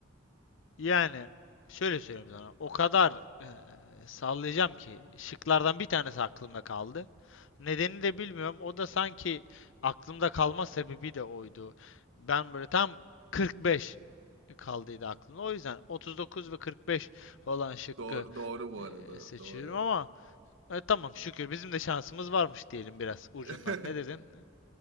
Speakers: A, on the left; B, on the right.
A: Yani şöyle söyleyeyim sana. O kadar eee, sallayacağım ki şıklardan bir tanesi aklımda kaldı. Nedenini de bilmiyorum. O da sanki aklımda kalma sebebi de oydu. Ben böyle tam 45 kaldıydı aklımda. O yüzden 39 ve 45 olan şıkkı
B: Doğru, doğru bu
A: eee,
B: arada.
A: seçiyorum
B: Doğru.
A: ama e, tamam şükür bizim de şansımız varmış diyelim biraz
B: <laughs>
A: ucundan. Ne dedin?